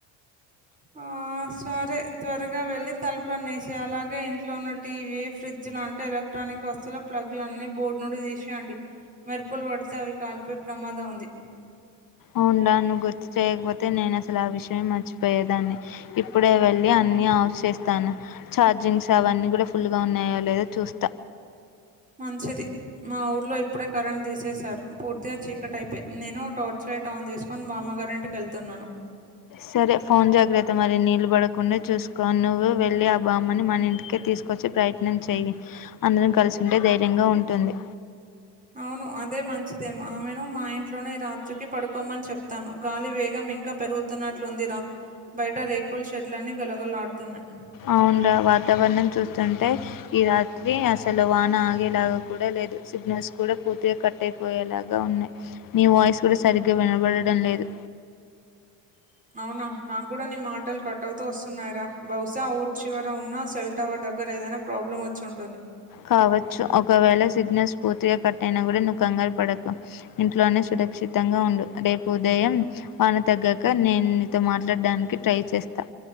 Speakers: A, on the right (about 15°); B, on the left (about 45°).
A: ఆ ఆ సరే త్వరగా వెళ్ళి తలుపులన్ని ఏసేయ్ అలాగే ఇంట్లో ఉన్న టీవీ ఫ్రిడ్జ్ లు అంటే ఎలక్ ఎలక్ర్టానిక్ వస్తువుల ప్లగ్గులన్నీ బోర్డ్ నుండి తీసేయండి మెరుపులు పడితే అవి కాలిపోయే ప్రమాదం ఉంది
B: అవుండా నువ్ గుర్తు చేయకపోతే నేనసలు ఆ విషయమే మర్చిపోయేదాన్ని ఇప్పుడే వెళ్ళి అన్ అన్ని ఆఫ్ చేస్తాను చార్జింగ్స్ అవన్నీ కూడా ఫుల్ గా ఉన్నాయో లేదో చూస్తా
A: మంచిది మా ఊర్లో ఇప్పుడే కరెంట్ తీసేసారు పూర్తిగా చీకటయిపోయింది నేను టార్చ్ లైట్ ఆన్ చేసుకొని బామ్మగార్ కరెంట్ కెళ్తున్నాను
B: సరే ఫోన్ జాగ్రత్త మరి నీళ్ళు పడకుండా చూస్ కో నువ్వు వెళ్లి ఆ బామ్మని మన ఇంటికే తీసుకొచ్చే ప్రయత్నం చేయి అందరం కలిసుంటే ధైర్యం గా ఉంటుంది
A: అవును అదే మంచిదేమో ఆమెను మా ఇంట్లోనే ఈ రాత్రికి పడుకోమని చెప్తాను. గాలి వేగం ఇంకా పెరుగుతున్నట్లుందిరా బయట రేకుల్ షెడ్ గలగల్ ఆడుతున్నాయి.
B: అవున్ రా వాతావరణం చూస్తుంటే ఈ రాత్రి అసలు వాన ఆగేలాగా కూడా లేదు సిగ్నల్స్ కూడా పూర్తిగా కట్ అయిపోయేలాగా ఉన్నాయి నీ వాయిస్ గూడా సరిగ్గ వినబడడం లేదు
A: అవునా నాక్ కూడా నీ మాటలు కట్ అవుతూ వస్తున్నాయిరా బహుశా ఊర్ చివర ఉన్నా సెల్ టవర్ దగ్ దగ్గర ఏదైనా ప్రాబ్లమ్ వచ్చి ఉంటుంది.
B: కావచ్చు ఒకవేళ సిగ్నల్స్ పూర్తిగా కట్టయినా కూడా నువ్ కంగారుపడకు ఇంట్లోనే షిట సురక్షితంగా ఉండు రేపు ఉదయం వాన తగ్గాక నేన్ నీతో మాట్లాడడానికి ట్రై చేస్తా.